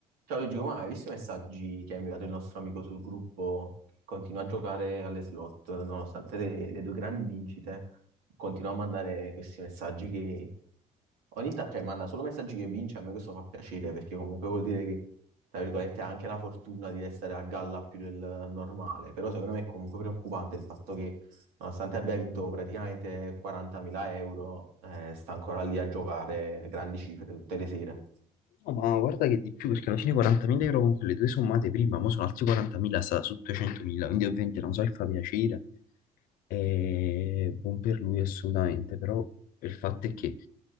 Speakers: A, on the right; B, on the left.
A: Ciao Luigi, come hai visto i messaggi che ha inviato il nostro amico sul gruppo? che Continua a giocare alle slot, nonostante le, le due grandi vincite, continua a mandare questi messaggi che ogni tanto, cioè manda solo messaggi che vince, a me questo fa piacere perché comunque vuol dire che, tra virgolette, ha anche la fortuna di restare a galla più del normale, però secondo me è comunque preoccupante il fatto che nonostante abbia vinto praticamente 40.000 euro, eh, sta ancora lì a giocare grandi cifre tutte le sere.
B: No, ma guarda che di più, perché alla fine 40.000 euro con quelle due sommate prima, mo sono altri 40.000 sta su 200.000, quindi ovviamente non so se fa piacere, e buon per lui assolutamente, però il fatto è che